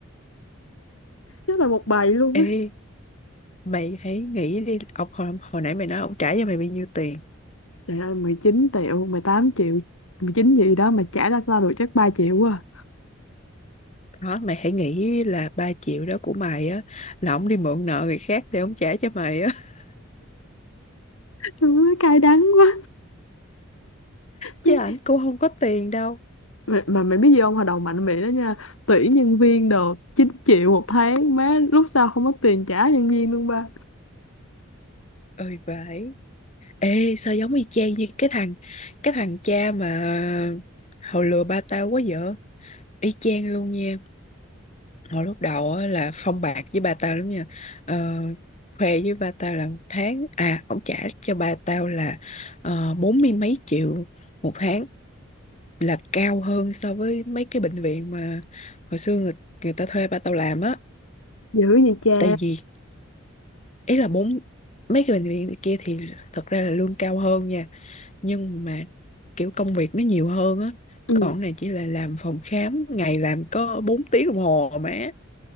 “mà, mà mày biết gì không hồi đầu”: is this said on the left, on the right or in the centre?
Left